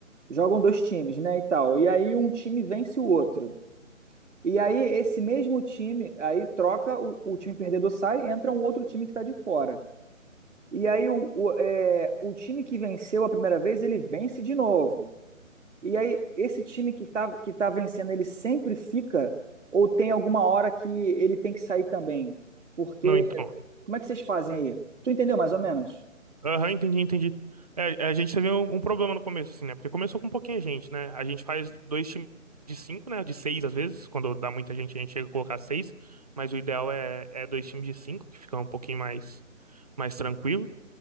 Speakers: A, on the right (about 60°); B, on the right (about 30°).
A: jogam dois times, né, e tal. E aí um time vence o outro. E aí esse mesmo time, aí troca, o, o time perdedor sai, entra um outro time que tá de fora. E aí o, o, é, o time que venceu a primeira vez, ele vence de novo. E aí esse time que tá, que tá vencendo, ele sempre fica ou tem alguma hora que ele tem que sair também? Porque
B: Não, então.
A: como é que vocês fazem aí? Tu entendeu mais ou menos?
B: Aham, entendi, entendi. É, é, a gente teve um, um problema no começo, assim, né? Porque começou com pouquinha gente, né? A gente faz dois times de cinco, né? De seis às vezes. Quando dá muita gente, a gente chega a colocar seis. Mas o ideal é, é dois times de cinco, que fica um pouquinho mais, mais tranquilo.